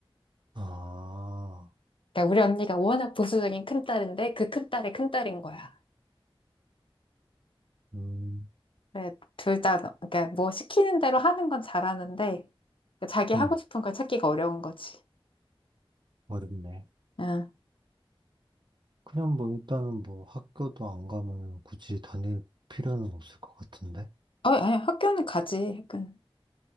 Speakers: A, on the right (about 55°); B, on the left (about 65°).
A: 아,
B: 그러니까 우리 언니가 워낙 보수적인 큰딸인데 그 큰딸이 큰딸인 거야.
A: 음,
B: 그래, 둘 다, 그러니까 뭐 시키는 대로 하는 건 잘하는데 그러니까 자기 하고
A: 음,
B: 싶은 걸 찾기가 어려운 거지.
A: 어렵네.
B: 응.
A: 그냥 뭐, 일단은 뭐, 학교도 안 가면 굳이 다닐 필요는 없을 것 같은데.
B: 어, 아니, 학교는 가지, 학교는.